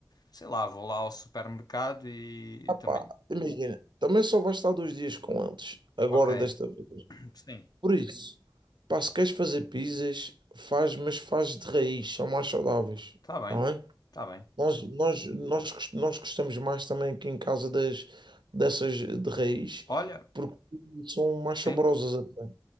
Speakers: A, on the left; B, on the right.
A: Sei lá, vou lá ao supermercado e
B: Ah, pá,
A: também.
B: imagina, também só vais estar dois dias com eles, agora
A: Ok,
B: desta vez.
A: sim,
B: Por isso, pá, se queres fazer pizzas, faz, mas faz de raiz, são mais saudáveis,
A: está bem,
B: está
A: está bem.
B: Nós, nós, nós, gos- nós gostamos mais também aqui em casa das, dessas de raiz,
A: Olha,
B: porque são mais
A: sim.
B: saborosas até.